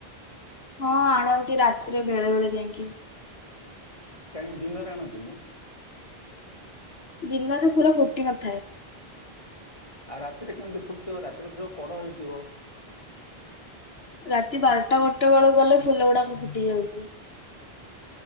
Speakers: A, on the left; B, on the left.
A: ହଁ ଆଣନ୍ତି ରାତିରେ ବେଳେ ବେଳେ ଯାଇକି
B: କାଇଁ ଦିନରେ ଆଣଛନ୍ତି ନି
A: ଦିନରେ ଫୁଲ ଫୁଟି ନଥାଏ।
B: ଆଉ ରାତିରେ କେମିତି ଫୁଟଥିବ ରାତିରେ ତ କଢ ହେଇଥିବ।
A: ରାତି ବାରଟା ଗୋଟା ବେଳକୁ ଗଲେ ଫୁଲ ଗୁଡାକ ଫୁଟି ଯାଉଛି।